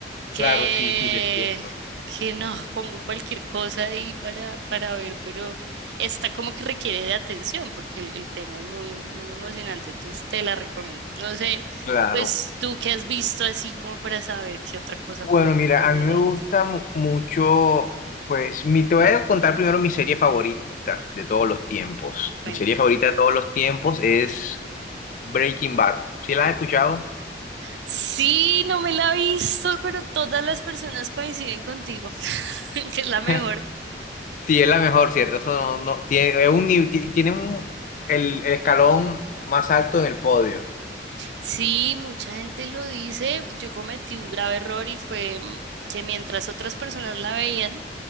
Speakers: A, on the right; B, on the left.
A: que,
B: claro, sí, sí, te entiendo.
A: que no, pongo cualquier cosa ahí para, para ver, pero esta como que requiere de atención porque el, el tema es muy, muy emocionante, entonces te la recomiendo. No sé,
B: Claro.
A: pues tú qué has visto así como para saber qué otra cosa
B: Bueno,
A: puedes
B: mira,
A: recomendarte.
B: a mí me gusta mu- mucho, pues, mi, te voy a contar primero mi serie favorita de todos los tiempos.
A: Cuenta.
B: Mi serie favorita de todos los tiempos es Breaking Bad. ¿Sí la has escuchado?
A: Sí, no me la he visto, pero todas las personas coinciden contigo, <laughs> que es la mejor.
B: <laughs> Sí, es la mejor, ¿cierto? Eso no, no- tiene, es un, nivel- ti- tiene un, el, el escalón más alto en el podio.
A: Sí, mucha gente lo dice. Yo cometí un grave error y fue mm, que mientras otras personas la veían,